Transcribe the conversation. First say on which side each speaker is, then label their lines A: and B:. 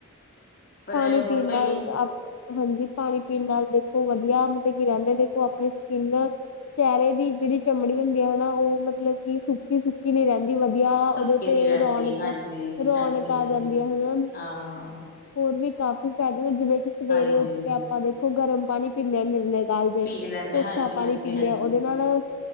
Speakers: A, on the left; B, on the left.
A: ਪਰ
B: ਪਾਣੀ
A: ਹੁਣ
B: ਪੀਣ
A: ਕਈ
B: ਨਾਲ ਆਪ ਹਾਂਜੀ ਪਾਣੀ ਪੀਣ ਨਾਲ ਦੇਖੋ ਵਧੀਆ ਮਤਲਬ ਕੀ ਰਹਿੰਦੇ ਦੇਖੋ ਆਪਣੀ ਸਕਿੰਨ ਚਿਹਰੇ ਦੀ ਜਿਹੜੀ ਚਮੜੀ ਹੁੰਦੀ ਆ ਹਨਾ ਉਹ ਮਤਲਬ ਕਿ ਸੁੱਕੀ- ਸੁੱਕੀ ਨਹੀ ਰਹਿੰਦੀ ਕਦੀ ਵਧੀਆ ਉਹਦੇ
A: ਸੁੱਕੀ
B: ਤੇ
A: ਨੀ ਰਹਿੰਦੀ
B: ਰੌਣਕ-
A: ਹਾਂਜੀ
B: ਰੌਣਕ
A: ਹਾਂਜੀ
B: ਆ
A: ਹਾਂਜੀ
B: ਜਾਂਦੀ ਆ ਹਨਾ
A: ਹਾਂ
B: ਹੋਰ ਵੀ ਕਾਫ਼ੀ ਫਾਇਦੇ ਜਿਵੇਂ ਕਿ ਸਵੇਰੇ
A: ਹਾਂਜੀ
B: ਉੱਠ ਕੇ ਆਪਾਂ ਦੇਖੋ ਗਰਮ ਪਾਣੀ ਪੀਦੇ ਹਾਂ ਨਿਰਨੇ ਦਾਲ ਜਾਏ
A: ਪੀ ਲੈਂਦੇ
B: ਕੋਸਾ
A: ਹਾਂਜੀ
B: ਪਾਣੀ
A: ਹਾਂਜੀ
B: ਪੀਂਦੇ
A: ਹਾਂਜੀ
B: ਹਾਂ ਉਹਦੇ ਨਾਲ